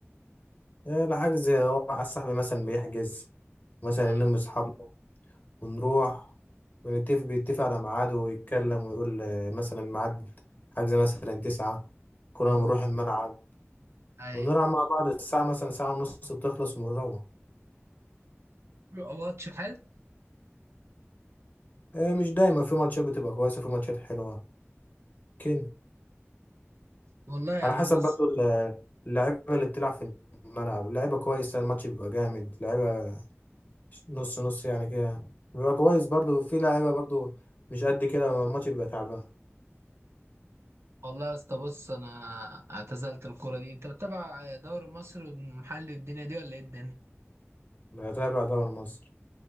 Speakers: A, on the left; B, on the right.
A: إيه الحجز هو واحد صاحبي مثلا بيحجز مثلا
B: اه
A: يلم اصحابنا ونروح ونتفق بيتفق على ميعاده ويتكلم ويقول آه، مثلا ميعاد حجز مثلا تسعة كلنا
B: ايوه
A: بنروح الملعب
B: ايوه
A: ونلعب مع بعض الساعة مثلا ساعة ونص بتخلص ونروح
B: بيبقى ماتش حلو
A: إيه مش دايما في ماتشات بتبقى كويسة في ماتشات حلوة كده
B: والله يعني
A: على حسب
B: بص
A: برضو ال- اللعيبة اللي بتلعب في الملعب اللعيبة كويسة الماتش بيبقى جامد لعيبة نص نص يعني كده بيبقى كويس برضو في لعيبة برضو مش قد كده الماتش بيبقى تعبان
B: والله يا اسطى بص انا اعتزلت الكوره دي انت بتتابع دوري مصر والمحلي الدنيا دي ولا ايه الدنيا
A: بتابع دوري مصر